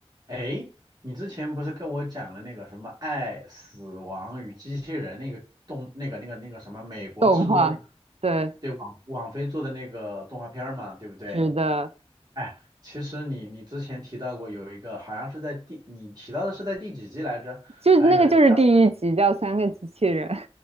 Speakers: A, on the right; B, on the right.
A: 哎，你之前不是跟我讲了那个什么《爱、死亡与机器人》那个动那个那个那个什么美国制作的那个
B: 动画，对，
A: 对网网飞做的那个动画片儿嘛，对不对？
B: 是的，
A: 哎，其实你你之前提到过有一个好像是在第你提到的是在第几季来着？
B: 就那个就是第一集叫《三个机器人》，
A: 好像有一个。